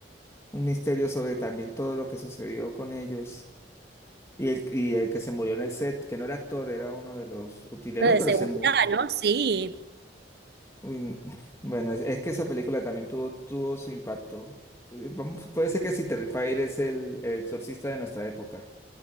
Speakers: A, on the left; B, on the right.
A: un misterio sobre también todo lo que sucedió con ellos. Y el, y el que se murió en el set, que no era actor, era uno de los utileros,
B: Lo de
A: pero
B: seguridad,
A: se murió.
B: ¿no? Sí.
A: Uy, <laughs> bueno, es, es que esa película también tuvo, tuvo su impacto. Eh, vamos, Puede ser que si Terrifier es el, el exorcista de nuestra época,